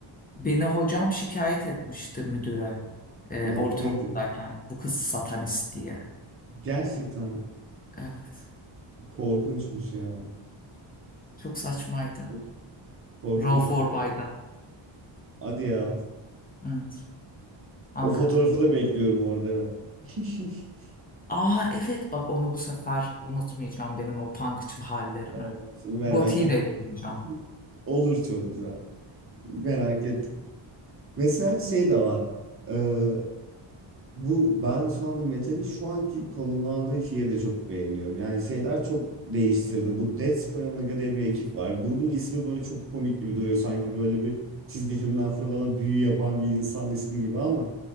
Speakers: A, on the left; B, on the right.
A: Beni hocam şikayet etmişti müdüre e,
B: Ne,
A: ortaokuldayken
B: ne diyeyim?
A: bu kız satanist diye.
B: Gerçekten
A: Evet
B: korkunçmuş ya.
A: çok saçmaydı.
B: Of, Korkunçmuş.
A: Rauf Orbay'da.
B: Hadi ya.
A: Evet Ankara.
B: O fotoğrafı da bekliyorum orada evet. <laughs>
A: Aa evet bak onu bu sefer unutmayacağım benim o punkçı hallerimi.
B: Evet, merak
A: Goti'yi
B: ediyorum.
A: de yollayacağım.
B: <laughs> Olur çok güzel. Merak ettim. Mesela şey de var. Ee, Bu ben şu anda metalin şu anki konumlandığı şeyi de çok beğeniyorum. Yani şeyler çok değiştirdi. Bu Dead Square Omega diye bir ekip var. Grubun ismi böyle çok komik gibi duruyor. Sanki böyle bir çizgi filmden fırlama büyü yapan bir insan ismi gibi ama